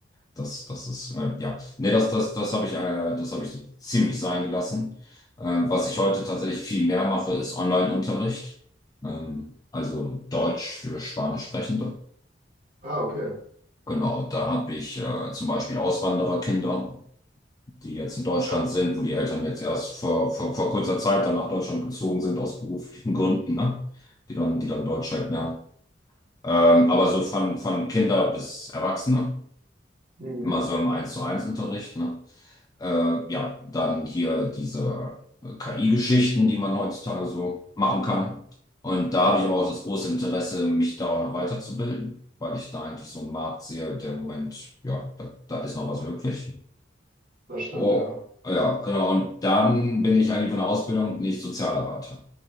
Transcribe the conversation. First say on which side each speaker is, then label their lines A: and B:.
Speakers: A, on the left; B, on the right.
A: Das, das ist, äh, ja, nee, das, das, das habe ich, äh, das habe ich so ziemlich sein gelassen. Äh, was ich heute tatsächlich viel mehr mache, ist Online-Unterricht. Ähm, also Deutsch für Spanischsprechende.
B: Ah, okay.
A: Genau, da habe ich äh, zum Beispiel Auswandererkinder, die jetzt in Deutschland
B: Ja.
A: sind, wo die Eltern jetzt erst vor, vor, vor kurzer Zeit dann nach Deutschland gezogen sind, aus beruflichen Gründen, ne? Die dann, die dann Deutsch halt lernen. Ähm, aber so von, von Kinder bis Erwachsene,
B: Mhm.
A: immer so im Eins zu eins Unterricht, ne? Äh, ja, dann hier diese äh, KI-Geschichten, die man heutzutage so machen kann. Und da habe ich aber auch das große Interesse, mich da auch noch weiterzubilden, weil ich da eigentlich so einen Markt sehe, der im Moment, ja, da, da ist noch was möglich.
B: Das stimmt,
A: Oh,
B: ja.
A: ja, genau. Und dann bin ich eigentlich von der Ausbildung nicht Sozialarbeiter.